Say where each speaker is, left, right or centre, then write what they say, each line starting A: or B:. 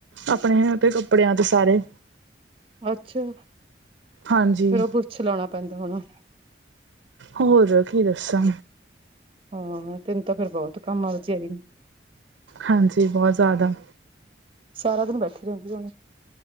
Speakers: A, on the right; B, on the right.
A: ਆਪਣੇ ਤੇ ਕੱਪੜਿਆਂ ਤੇ ਸਾਰੇ।
B: ਅੱਛਾ,
A: ਹਾਂਜੀ
B: ਫਿਰ ਉਹ ਪੁੱਛ ਲਾਉਣਾ ਪੈਂਦਾ ਹੋਣਾ।
A: ਹੋਰ ਕੀ ਦੱਸਾਂ?
B: ਹਾਂ ਤੈਨੂੰ ਤਾਂ ਫਿਰ ਬਹੁਤ ਕੰਮ ਆ ਵਿਚਾਰੀ ਨੂੰ।
A: ਹਾਂਜੀ, ਬਹੁਤ ਜ਼ਿਆਦਾ।
B: ਸਾਰਾ ਦਿਨ ਬੈਠੀ ਰਹਿੰਦੀ ਹੋਣੀ।